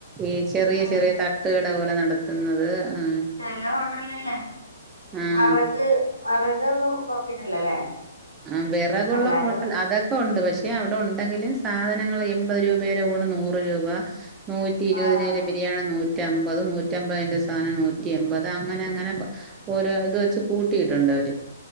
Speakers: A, on the right (about 15°); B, on the left (about 80°).
A: ഈ ചെറിയ
B: ആഹ്
A: ചെറിയ തട്ടുകട പോലെ നടത്തുന്നത് ആ
B: ചല ഹോട്ടലല്ലേ
A: ആഹ്
B: വറക് വറക് ഒന്നും നോക്കിട്ടില്ലല്ലേ
A: ആ വിറകുള്ള
B: എല്ലാരും
A: ഹോട്ടൽ അതൊെ ഉണ്ട് പക്ഷെ അവിടെ ഉണ്ടെങ്കിലും സാധനങ്ങൾ എൺപത് രൂപയുടെ ഊണ് നൂറ് രൂപ നൂറ്റി ഇരുപത്
B: ആഹ്
A: രൂരെ ബിരിയാണി നൂറ്റി നൂറ്റമ്പത് നൂറ്റമ്പതിന്റെ സാധനം നൂറ്റി എമ്പത് അങ്ങനെ അങ്ങനെ ഓരോ ഇത് വെച്ച് കൂട്ടിയിട്ടുണ്ട് അവര്